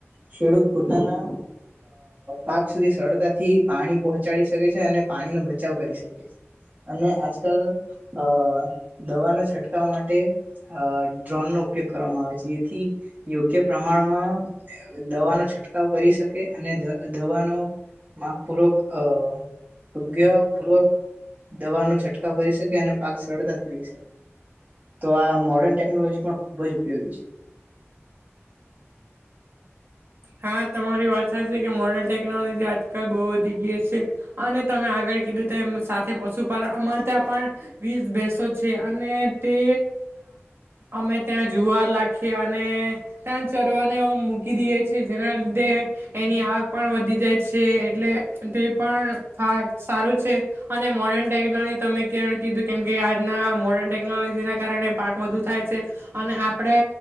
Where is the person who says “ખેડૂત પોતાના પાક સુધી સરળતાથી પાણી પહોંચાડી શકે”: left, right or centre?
Right